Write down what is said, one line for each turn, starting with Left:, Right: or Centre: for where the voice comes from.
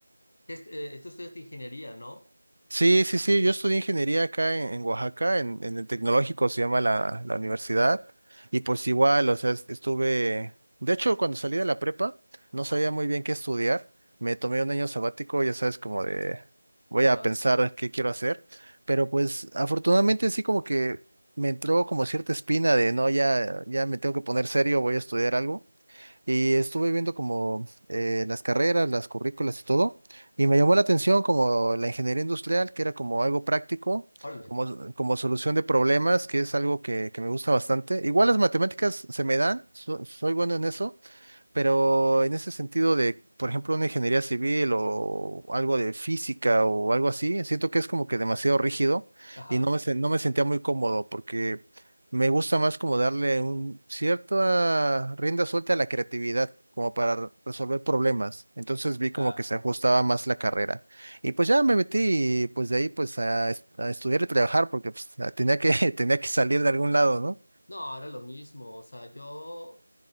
Left: Este, eh, esto es de ingeniería, ¿no?
Right: Sí, sí, sí, yo estudié ingeniería acá en, en Oaxaca, en, en el tecnológico se llama la, la universidad, y pues igual, o sea, est- estuve, de hecho, cuando salí de la prepa, no
Left: Ajá,
Right: sabía muy bien qué estudiar, me tomé un año sabático, ya sabes, como de, voy
Left: ajá,
Right: a pensar qué quiero hacer, pero pues afortunadamente sí como que me entró como cierta espina de, no, ya, ya me tengo que poner serio, voy a estudiar algo, y estuve viendo como eh, las carreras, las currículas y todo, y me llamó la atención como la ingeniería industrial, que era como algo práctico,
Left: órale,
Right: como, como solución de problemas, que es algo que, que me gusta bastante. Igual las matemáticas se me dan, so- soy bueno en eso pero en ese sentido de, por ejemplo, una ingeniería civil o algo de física o algo así, siento que es como que demasiado rígido
Left: ajá.
Right: y no me, sen- no me sentía muy cómodo porque me gusta más como darle un cierta rienda suelta a la creatividad, como para re- resolver problemas. Entonces vi como
Left: ya.
Right: que se ajustaba más la carrera. Y pues ya me metí y pues de ahí pues a, es- a estudiar y trabajar porque pues, tenía que, <laughs> tenía que salir de algún lado, ¿no?
Left: No, era lo mismo, o sea, yo,